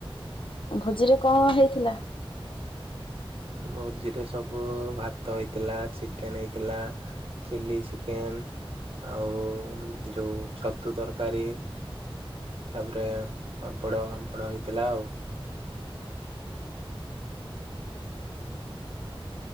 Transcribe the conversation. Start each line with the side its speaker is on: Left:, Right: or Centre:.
Left: ଭୋଜିରେ କଁ ହେଇଥିଲା।
Right: ଭୋଜିରେ ସବୁ ଭାତ ହେଇଥିଲା ଚିକେନ ହେଇଥିଲା। ଚିଲି ଚିକେନ ଆଉ ଯୋଉ ଛତୁ ତରକାରୀ। ତାପରେ ପାାମ୍ପଡ଼ ଫାମ୍ପଡ଼ ହେଇଥିଲା ଆଉ।
Left: ହଁ।